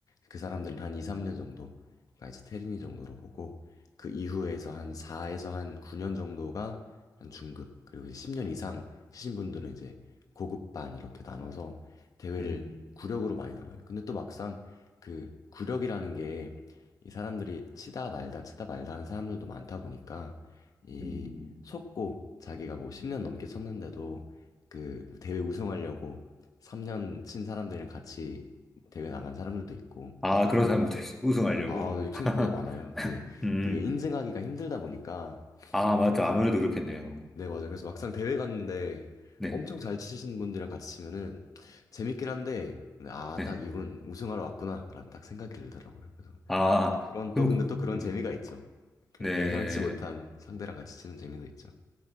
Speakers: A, on the left; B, in the centre.
A: 그 사람들은 한 2, 3년 정도가 이제 테린이 정도로 보고 그 이후에서 한 4에서 한 9년 정도가 한 중급 그리고 이제 10년 이상 치신 분들은 이제 고급반 이렇게 나눠서 대회를
B: 음,
A: 구력으로 많이 달아요. 근데 또 막상 그 구력이라는 게 이 사람들이 치다 말다 치다 말다 하는 사람들도 많다 보니까 이
B: 음.
A: 속고 자기가 뭐 10년 넘게 쳤는데도 그 대회 우승하려고 3년 친 사람들이랑 같이 대회 나간 사람들도 있고
B: 아, 그런
A: 인증.
B: 사람들 <laughs> 우승하려고?
A: 아, 네, 생각보다
B: <laughs>
A: 많아요. 그게
B: 음.
A: 그게 인증하기가 힘들다 보니까
B: 아, 맞다.
A: 그래서
B: 아무래도 그렇겠네요.
A: 네, 맞아요. 그래서 막상 대회 갔는데
B: 네,
A: 엄청 잘 치시는 분들이랑 같이 치면은 재밌긴 한데, 네, 아,
B: 네.
A: 딱 이분 우승하러 왔구나라는 딱 생각이 들더라고요. 그래서
B: 아,
A: 그런 또
B: 그럼,
A: 근데 또 그런
B: 음,
A: 재미가 있죠. 그
B: 네.
A: 예상치 못한 상대랑 같이 치는 재미도 있죠.